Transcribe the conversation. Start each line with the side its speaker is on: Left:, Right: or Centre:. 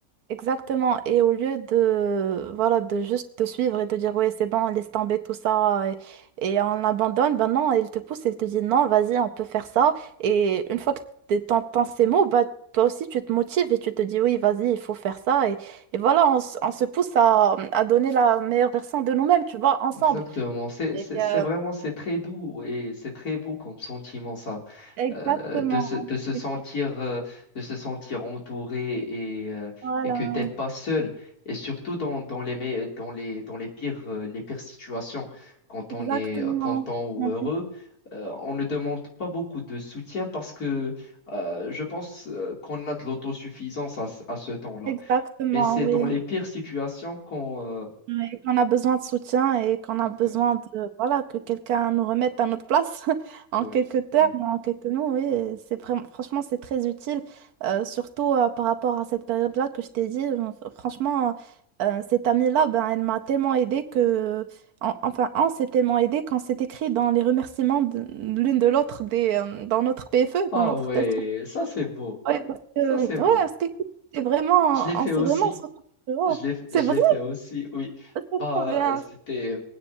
Right: Exactement. Et au lieu de, voilà, de juste te suivre et te dire, ouais, c'est bon, laisse tomber tout ça et, et on l'abandonne ben non, elle te pousse, elle te dit, non, vas-y, on peut faire ça. Et une fois que t'es- t'entends ces mots, bah, toi aussi, tu te motives et tu te dis, oui, vas-y, il faut faire ça. Et, et voilà, on, s- on se pousse à, à donner la meilleure version de nous-mêmes, tu vois, ensemble.
Left: Exactement. C'est,
Right: Et,
Left: c'est,
Right: euh,
Left: c'est vraiment, c'est très doux et c'est très beau comme sentiment, ça.
Right: exactement.
Left: euh, de se, de se sentir,
Right: Exact-
Left: euh, de se sentir entouré et, euh,
Right: Voilà,
Left: et que t'es
Right: ouais.
Left: pas seul. Et surtout dans, dans les, me- dans les, dans les pires, euh, les pires situations, quand
Right: exactement.
Left: on est euh, content ou
Right: Ouais.
Left: heureux, euh, on ne demande pas beaucoup de soutien parce que euh, je pense euh, qu'on a de l'autosuffisance à, ce- à ce temps-là.
Right: Exactement,
Left: Mais c'est
Right: oui.
Left: dans les pires situations qu'on... euh,
Right: Ouais, qu'on a besoin de soutien et qu'on a
Left: Exactement.
Right: besoin de voilà que quelqu'un nous remette à notre place <laughs> en
Left: Ouais.
Right: quelques termes,
Left: ouais.
Right: en quelques mots, oui, et c'est vraiment franchement c'est très utile, euh, surtout euh, par rapport à cette période-là que je t'ai dit. euh, fr- Franchement, euh, cette amie-là, ben, elle m'a tellement aidée que en- enfin on s'est tellement aidé qu'on s'est écrit dans les remerciements de- l'une de l'autre des euh, dans notre PFE,
Left: Ah
Right: dans notre
Left: ouais,
Right: test.
Left: ça c'est beau.
Right: Ouais, parce que
Left: Ça c'est
Right: ouais, parce
Left: beau.
Right: que c'est vraiment
Left: Je l'ai fait
Right: on s'est
Left: aussi.
Right: vraiment sentis- oh,
Left: Je l'ai,
Right: c'est
Left: je
Right: vrai,
Left: l'ai fait aussi, oui.
Right: c'est
Left: Ah,
Right: trop bien.
Left: c'était,